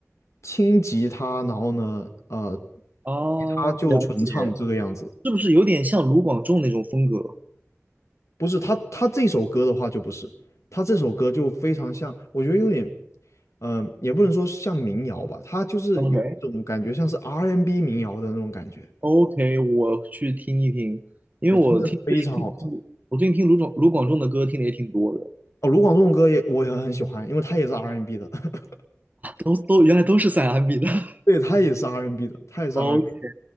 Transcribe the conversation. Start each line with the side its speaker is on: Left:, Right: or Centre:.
Left: 轻吉他，然后呢呃
Right: 哦，
Left: 吉他就纯唱这个样子。
Right: 了解，是不是有点像卢广仲那种风格
Left: 不是他他这首歌的话就不是，他这首歌就非常像，我觉得有点，嗯、也不能说像民谣吧，他就是有一种感觉像是
Right: ？OK
Left: R&B n 民谣的那种感觉，
Right: OK，我去听一听，因为我听最近听我最近听卢广卢广仲的歌听的也挺多的，
Left: 对，真的非常好听。哦，卢广仲的歌也我也很喜欢，因为他也是 R&B n 的，<laughs>
Right: 都都原来都是三安比的。<laughs>
Left: 对，他也是 R&B n 的，他也是
Right: OK，
Left: R&B，n